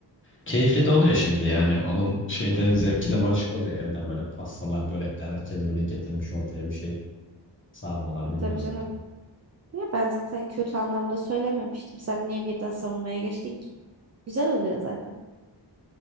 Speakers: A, on the left; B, on the right.
A: Keyifli de oluyor şimdi yani. Onun şeyde zevki de başka oluyor. Evden böyle pastalar, börekler herkes böyle getirmiş ortaya bir şey. Sarmalar bilmem
B: Tabii canım.
A: neler.
B: Ya ben zaten kötü anlamda söylememiştim. Sen niye birden savunmaya geçtin ki? Güzel oluyor zaten.